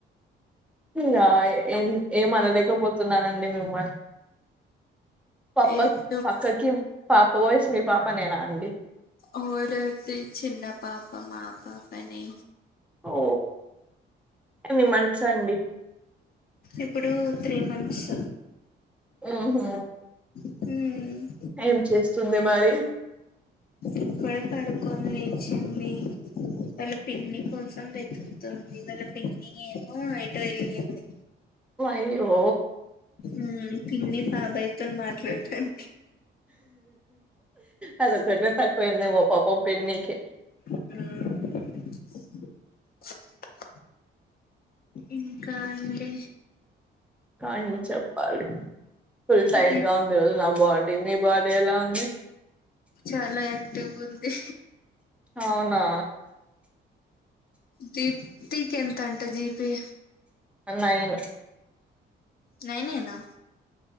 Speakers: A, in the centre; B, on the left (about 50°).
A: ఇలా ఏం ఏంమనలేకపోతున్నానండి మిమ్మల్ పాప
B: ఎందుకు
A: పక్కకి, పాప పోయస్, మీ పాపనేనా అండి.
B: అవుదత్తి చిన్న పాప. మా పాపనే.
A: ఓ ఎన్ని మంత్స్ అండి?
B: ఇప్పుడు త్రీ మంత్స్.
A: మ్హు
B: మ్
A: ఏం చేస్తుంది మరి?
B: ఇప్పుడే పడుకొని లేచింది. వాళ్ళ పిన్నీ కోసం వెతుకుతుంది. వాళ్ళ పిన్నీ ఏమో ఎటో ఎళ్ళింది.
A: ఒ అయ్యో
B: మ్. పిన్నీ బాబాయితోన మాట్లాడతన్
A: అదొక్కటే తక్కువైందేమో పాపం పిన్నికి.
B: ఆ ఇంకా అంటే
A: కానీ చెప్పాలి ఫుల్ టైట్
B: దీప్
A: గా ఉంది రోజు నా బాడీ మీ బడ ఎలా అడి
B: చాలా యాక్టివ్ ఉంది
A: అవునా
B: దీప్ తీక ఎంత అంటా జిపి
A: నైను
B: నైన్ ఆ నా